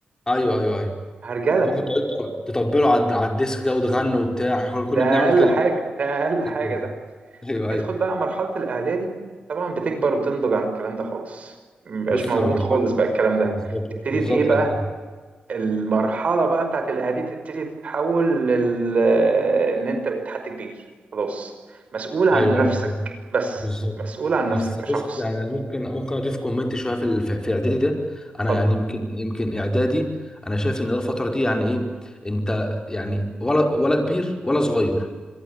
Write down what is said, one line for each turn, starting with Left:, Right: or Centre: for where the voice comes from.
Left: ايوه ايوه ايوه
Right: هرجلة
Left: ممكن تقعدوا تطبلوا على على الديسك كده وتغنوا وبتاع احنا كنا كنا
Right: ده اقل
Left: بنعمل كده
Right: حاجة ده اقل حاجة
Left: <laughs>
Right: ده
Left: ايوه
Right: تدخل
Left: ايوه
Right: بقى مرحلة الإعدادي طبعا بتكبر وتنضج عن الكلام ده خالص مبقاش
Left: بص
Right: موجود
Left: انا مرحله
Right: خالص بقى الكلام ده
Left: بالظبط
Right: ابتدت
Left: بالظبط
Right: إيه بقى
Left: ده ايوه
Right: المرحلة بقى بتاعت الإعدادي تبتدي تتحول لل إن أنت بقيت حد كبير خلاص مسؤول عن
Left: ايوه
Right: نفسك
Left: ايوه.
Right: بس
Left: بالظبط
Right: مسؤول عن نفسك
Left: بس
Right: كشخص
Left: بص يعني انا ممكن ممكن اضيف كومنت شويه في ال- في في اعدادي ده انا
Right: اتفضل
Left: يعني يمكن يمكن اعدادي انا شايف ان الفتره دي يعني ايه انت يعني ولا ولا كبير ولا صغير